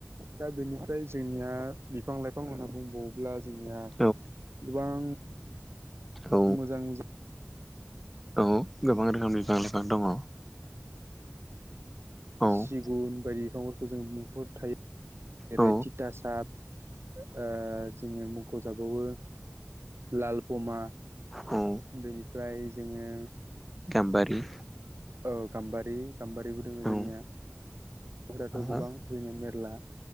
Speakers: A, on the right; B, in the centre.
A: दा बेनिफ्राय जोंनिया बिफां लाइफां होनना बुंबावोब्ला जोंनिया
B: औ
A: गोबां
B: औ
A: मोजां मोजा
B: औ गोबां रोखोमनि बिफां लाइफां दङ। औ
A: सिगुन बायदि बिफांफोरखौ जों मु थायो जेरै
B: औ
A: थिथासाब ओ जोङो मु खजाखौबो लाल फमा
B: औ
A: बेनिफ्राय जोङो
B: गाम्बारि
A: औ गाम्बारि गाम्बारिबो दङ जोंनिया
B: औ
A: फोराथ' गोबां
B: औ
A: ला